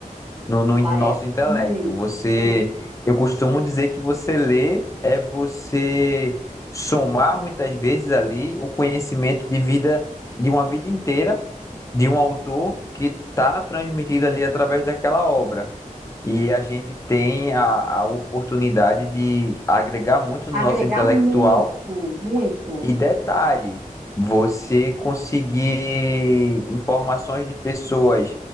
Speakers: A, on the left; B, on the right.
A: No, no
B: Lá
A: nosso
B: é.
A: intelecto.
B: Muito,
A: Você,
B: muito.
A: eu costumo dizer que você lê é você somar muitas vezes ali o conhecimento de vida, de uma vida inteira, de um autor que está transmitido ali através daquela obra. E a gente tem a, a oportunidade de agregar muito
B: Agregar
A: no nosso intelectual
B: Então, muito, muito.
A: e detalhe, você conseguir informações de pessoas